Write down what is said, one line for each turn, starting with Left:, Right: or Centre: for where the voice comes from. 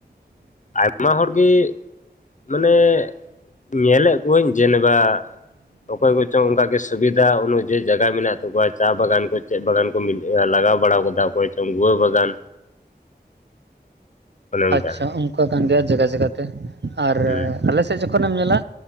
Left: ᱟᱭᱢᱟ ᱦᱚᱲ ᱜᱮ ᱢᱟᱱᱮ ᱧᱮᱞᱮᱫ ᱠᱚᱣᱟᱹᱧ ᱡᱮᱱᱮᱵᱟ ᱚᱠᱚᱭ ᱠᱚᱪᱚᱝ ᱚᱱᱠᱟᱜᱮ ᱥᱩᱵᱤᱫᱷᱟ ᱚᱱᱩᱡᱟᱭᱤ ᱡᱟᱭᱜᱟ ᱢᱮᱱᱟᱜ ᱛᱟᱠᱚᱣᱟ ᱪᱟ ᱵᱟᱜᱟᱱ ᱠᱚ ᱪᱮᱫ ᱵᱟᱜᱟᱱ ᱠᱚ ᱞᱟᱜᱟᱣ ᱵᱟᱲᱟ ᱟᱠᱟᱫᱟ ᱚᱠᱚᱭ ᱪᱚᱝ ᱜᱩᱣᱟᱹ ᱵᱟᱜᱟᱱ ᱚᱱᱮ ᱚᱱᱠᱟ
Right: ᱟᱪᱪᱷᱟ ᱚᱱᱠᱟ ᱠᱟᱱ ᱜᱮᱭᱟ ᱡᱟᱭᱜᱟ ᱡᱟᱭᱜᱟᱛᱮ ᱟᱨ
Left: ᱦᱩᱸ
Right: ᱟᱞᱮᱥᱮᱫ ᱡᱚᱠᱷᱚᱱᱮᱢ ᱧᱮᱞᱟ